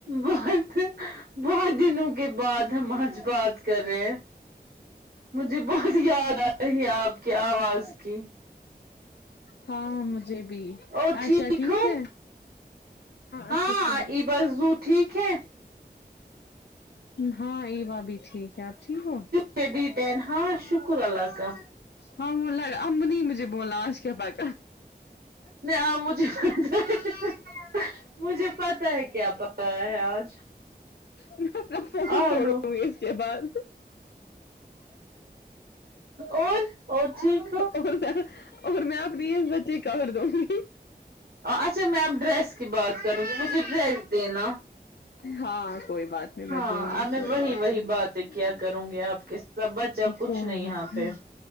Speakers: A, on the right; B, on the left.
A: بہت بہت دنوں کے بعد ہم آج بات کر رہے ہیں مجھے بہت یاد آ رہی ہے آپ کی آواز کی
B: ہاں مجھے بھی
A: اور
B: اشا ٹھیک
A: ہو
B: ہے
A: ہاں
B: اچھے سے
A: ایبذو ٹھیک ہے
B: ہاں ایوا بھی ٹھیک ہے آپ ٹھیک ہو
A: تھر ڈی ٹین ہاں شکر اللہ کا
B: ہاں بولا ہے امبنی مجھے بولا آج کے بعد
A: نہیں آ مجھے <unintelligible> مجھے پتا ہے کیا پکایا ہے آج
B: میں اپنا فون
A: آلو
B: توڑوں گی اس کے بعد
A: اور اور ٹھیک ہو
B: اور میں اور میں اپنی عزت ہی کر دوں گی
A: اچھا میں اب ڈریس کی بات کروں گی مجھے ڈریس دینا
B: ہاں کوئی بات نہیں
A: ہاں
B: میں دوں گی
A: اب میں
B: کوئی
A: وہی وہی
B: نہیں
A: بات ہے کیا کروں گی آپ کے سب بچہ کچھ
B: کوئی
A: نہیں
B: بات
A: یہاں پہ
B: ہاں